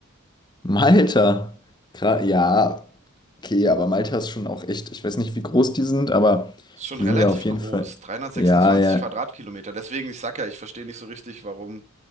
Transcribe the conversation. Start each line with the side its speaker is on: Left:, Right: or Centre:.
Left: Malta. Gra ja, okay, aber Malta ist schon auch echt, ich weiß nicht, wie groß die sind, aber
Right: Ist schon
Left: die
Right: relativ
Left: sind ja auf
Right: groß.
Left: jeden Fall.
Right: 326
Left: Ja, ja.
Right: Quadratkilometer. Deswegen, ich sag ja, ich verstehe nicht so richtig, warum